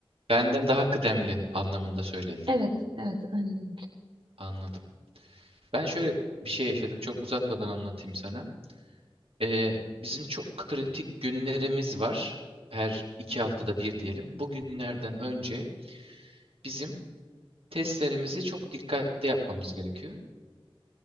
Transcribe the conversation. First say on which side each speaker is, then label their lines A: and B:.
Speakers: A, on the right (about 90°); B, on the right (about 60°).
A: Benden daha kıdemli anlamında söyledin.
B: Evet, evet aynen öyle.
A: Anladım. Ben şöyle bir şey yaşadım. Çok uzatmadan anlatayım sana. Ee, bizim çok kritik günlerimiz var. Her iki haftada bir diyelim. Bu günlerden önce bizim testlerimizi çok dikkatli yapmamız gerekiyor.